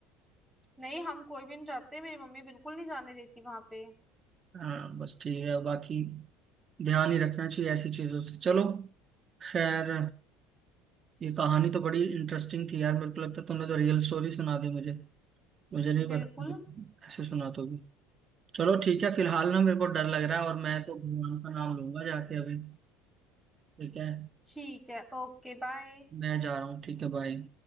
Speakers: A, in the centre; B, on the right.
A: नहीं हम कोई भी नहीं जाते मेरी मम्मी बिल्कुल नहीं जाने देती वहां पे
B: हाँ बस ठीक है बाकी ध्यान ही रखना चाहिए ऐसी चीजों से चलो खैर ये कहानी तो बड़ी इंटरेस्टिंग थी यार मेरे को लगता है तुमने तो रियल स्टोरी सुना दी मुझे मुझे नहीं पता
A: बिल्कुल
B: कि ऐसे सुना दोगी चलो ठीक है फिलहाल ना मेरे को डर लग रहा है और मैं तो भगवान का नाम लूंगा जाके अभी ठीक है
A: ठीक है ओके बाय
B: मैं जा रहा हूँ ठीक है बाय